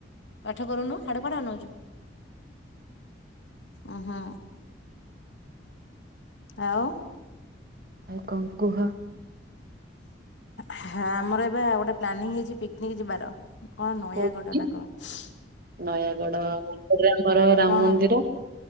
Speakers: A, on the left; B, on the right.
A: ପାଠ କରୁନୁ ହାଡେ କୁଆଡ଼େ ଅନଉଛୁ। ଉ ହୁଁ। ଆଉ?
B: ଆଉ କଣ କୁହ।
A: ହ ଆମର ଏବେ ଗୋଟେ ପ୍ଲାନିଂ ହେଇଛି ପିକନିକ ଯିବାର। କଣ
B: କୁହ?
A: ନୟାଗଡ଼ ନା କଣ।
B: ନୟାଗଡ <unintelligible> ଆମର ରାମ
A: କଣ
B: ମନ୍ଦିର।